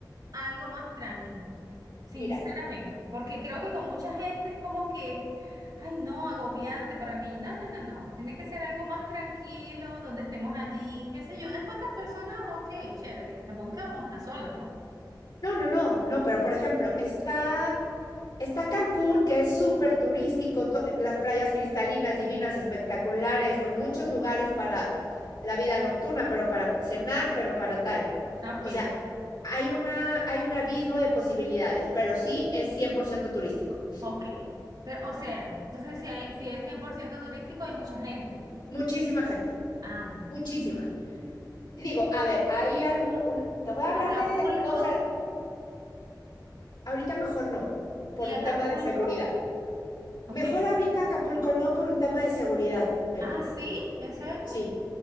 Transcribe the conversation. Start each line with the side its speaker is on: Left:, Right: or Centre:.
Right: algo más tranqui, sinceramente,
Left: Mira,
Right: porque creo que con mucha gente es como que, ay, no, agobiante para mí. No, no, no, no. Tiene que ser algo más tranquilo, donde estemos allí, qué sé yo, unas cuantas personas, ok, chévere. Tampoco es que vamos a estar solas, ¿no?
Left: No, no, no, no, pero por ejemplo, está, está Cancún, que es súper turístico, to- las playas cristalinas, divinas, espectaculares, con muchos lugares para la vida nocturna, pero para cenar, pero para tal.
Right: Ok,
Left: O sea, hay una, hay un abismo de posibilidades, pero sí es 100% turístico.
Right: ok. Pero, o sea, entonces si, hay- si es 100% turístico, hay mucha gente.
Left: Muchísima gente,
Right: Ah,
Left: muchísima.
Right: mm.
Left: Y digo, a ver, hay algún, un- te voy a hablar
Right: Acapulco
Left: de cosas, ahorita mejor no, por
Right: y Acapulco,
Left: un tema de seguridad.
Right: ok.
Left: Mejor ahorita Acapulco no por un tema de seguridad, Mary.
Right: Ah, ¿sí? ¿En serio?
Left: Sí.